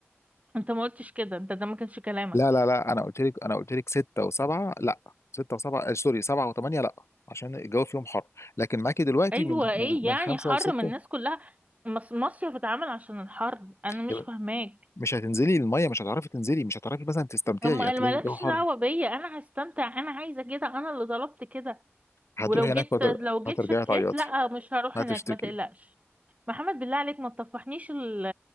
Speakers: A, on the right; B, on the left.
A: انت ما قلتش كده انت ده ما كانش كلامك
B: لا لا لا انا قلت لك انا قلت لك سته وسبعه لا سته وسبعه آه، سوري سبعه وثمانيه لا عشان الجو فيهم حر لكن معاكي دلوقتي
A: ايوه
B: من
A: ايه
B: من من
A: يعني
B: خمسه
A: حر
B: لسته
A: من الناس كلها مص- مصيف اتعمل عشان الحر انا مش
B: يبقى
A: فاهماك
B: مش هتنزلي الميه مش هتعرفي تنزلي مش هتعرفي مثلا تستمتعي
A: طب ما
B: هتلاقي
A: مالكش
B: الجو حر
A: دعوه بيا انا هستمتع انا عايزه كده انا اللي طلبت كده
B: هتروحي
A: ولو جيت
B: هناك وهت-
A: لو جيت
B: هترجعي
A: شكيت
B: تعيطي
A: لا مش هروح
B: هتشتكي
A: هناك ما تقلقش محمد بالله عليك ما تطفحنيش ال-